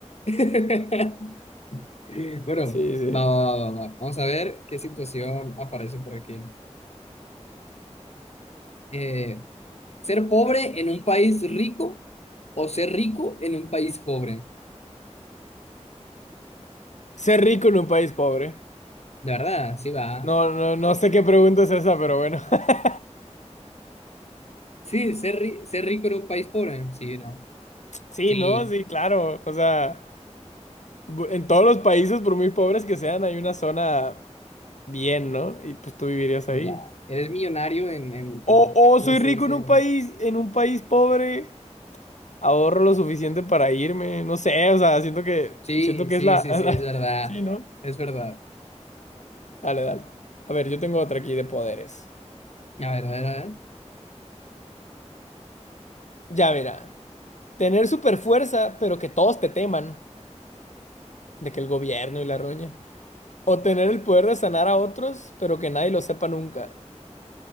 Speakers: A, on the left; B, on the left.
A: <laughs> Bueno,
B: Sí, sí.
A: va, va, va, va. Vamos a ver qué situación aparece por aquí. Eh, ¿ser pobre en un país rico o ser rico en un país pobre?
B: Ser rico en un país pobre.
A: De verdad, sí va.
B: No, no, no sé qué pregunta es esa, pero bueno. <laughs>
A: Sí, ser, ri- ser rico en un país pobre. Sí, no.
B: Sí,
A: Sí,
B: no, sí, claro. O sea, bu- en todos los países, por muy pobres que sean, hay una zona bien, ¿no? Y pues tú vivirías
A: ya.
B: ahí.
A: Eres millonario en, en,
B: O,
A: en-
B: o soy
A: ¿cómo se
B: rico
A: dice?
B: en un país, en un país pobre, ahorro lo suficiente para irme. No sé, o sea, siento que,
A: Sí,
B: siento que
A: sí,
B: es la,
A: sí,
B: <laughs> la-
A: sí, es verdad.
B: Sí, ¿no?
A: Es verdad.
B: Dale, dale. A ver, yo tengo otra aquí de poderes.
A: A ver, a ver, a ver.
B: Ya, mira. Tener super fuerza, pero que todos te teman. De que el gobierno y la roña. O tener el poder de sanar a otros, pero que nadie lo sepa nunca.